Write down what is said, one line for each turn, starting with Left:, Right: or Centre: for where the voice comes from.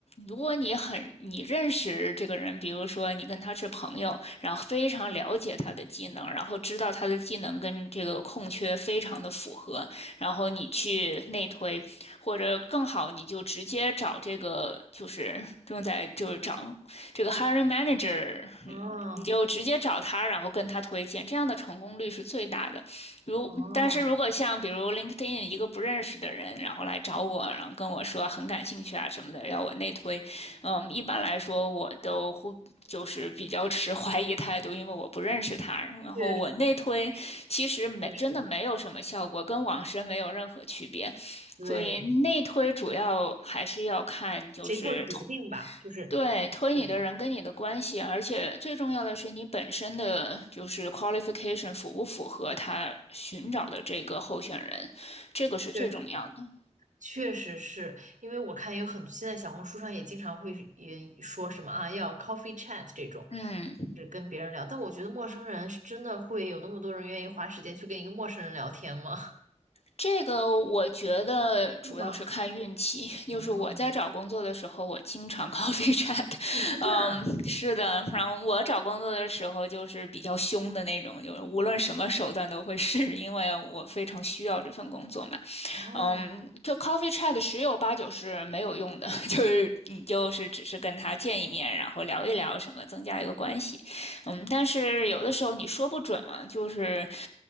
Left: 如果你很你认识这个人，比如说你跟他是朋友，然后非常了解他的技能，然后知道他的技能跟这个空缺非常的符合，然后你去内推，或者更好，你就直接找这个就是正在就是找这个 hiring manager
Right: 哦
Left: 你就直接找他，然后跟他推荐，这样的成功率是最大的。如但是如果像比如
Right: 哦，
Left: LinkedIn 一个不认识的人，然后来找我，然后跟我说很感兴趣啊什么的，要我内推，嗯，一般来说我都会就是比较持 <laughs> 怀疑态度，因为我不认识他。然后我内推其实没真的没有什么效果，
Right: 确实确实，
Left: 跟网申没有任何区别。
Right: 对，
Left: 所以内推主要还是要看就是
Right: 谁做决定吧，就是
Left: 对，推你的人跟你的关系，
Right: 对对。
Left: 而且最重要的是你本身的就是 qualification 符不符合他寻找的这个候选人，这个是最重要的。
Right: 确实确实是因为我看也有很，现在小红书上也经常会也说什么啊，要 coffee chat 这种，
Left: 嗯，
Right: 是跟别人聊。但我觉得陌生人是真的会有那么多人愿意花时间去跟一个陌生人聊天吗？
Left: 这个我觉得主要是看运气。
Right: <laughs> 是吗？
Left: <laughs> 就是我在找工作的时候，
Right: 哦，
Left: 我经常 <laughs> coffee chat。
Right: 哦，真的啊？
Left: 嗯，是的，然后我找工作的时候就是比较凶的那种，就是无论什么手段都会试，因为我非常需要这份工作嘛。
Right: 哦，
Left: 嗯，就 coffee chat 十有八九是没有用的，<laughs> 就是你就是只是跟他见一面，然后聊一聊什么，增加一个关系。嗯，但是有的时候你说不准嘛，就是